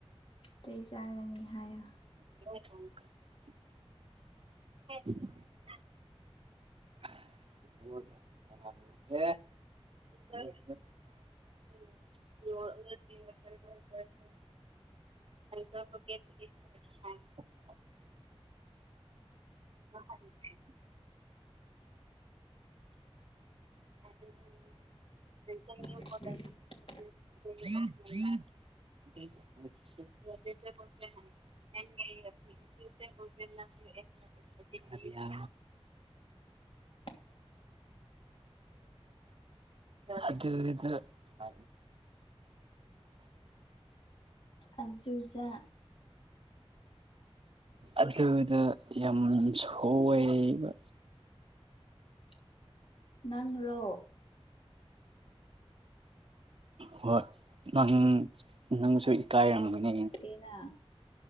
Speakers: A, on the left; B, on the right.
A: ꯆꯩ ꯆꯥꯒꯅꯤ ꯍꯥꯏꯌꯣ
B: <unintelligible> <unintelligible> <unintelligible> <unintelligible> <unintelligible> <unintelligible> <unintelligible>
A: <inaudible>
B: <unintelligible> <unintelligible> ꯑꯔꯦ ꯌꯥ
A: <inaudible>
B: <unintelligible> ꯑꯗꯨꯗ <unintelligible>
A: ꯑꯖꯨꯖ
B: ꯑꯗꯨꯗ ꯌꯥꯝ ꯁꯣꯏꯕ
A: <inaudible> ꯅꯪꯔꯣ
B: ꯍꯣꯏ ꯅꯪ ꯅꯪ ꯏꯀꯥꯏꯔꯝꯒꯅꯤ
A: ꯌꯥꯝ ꯅꯨꯡꯉꯥꯏꯇꯦꯅ